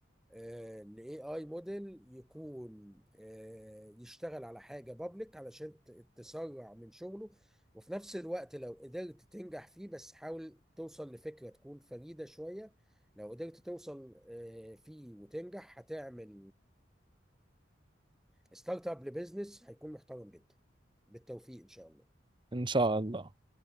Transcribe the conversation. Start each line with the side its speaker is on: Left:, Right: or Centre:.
Centre: الاي اي موديل يكون آه، يشتغل على حاجه بابليك علشان ت- تسرع من شغله وفي نفس الوقت لو قدرت تنجح فيه بس حاول توصل لفكره تكون فريده شويه لو قدرت توصل آه، فيه وتنجح هتعمل ستارت اب لبزنس هيكون محترم جدا بالتوفيق ان شاء الله
Right: ان شاء الله